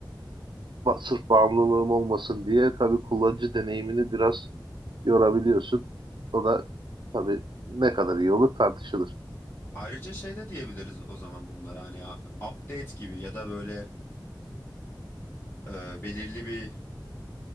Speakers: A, on the right; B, on the left.
A: ba- sırf bağımlılığım olmasın diye tabii kullanıcı deneyimini biraz yorabiliyorsun. O da tabii ne kadar iyi olur tartışılır.
B: Ayrıca şey de diyebiliriz o zaman bunlara hani a- update gibi ya da böyle e, belirli bir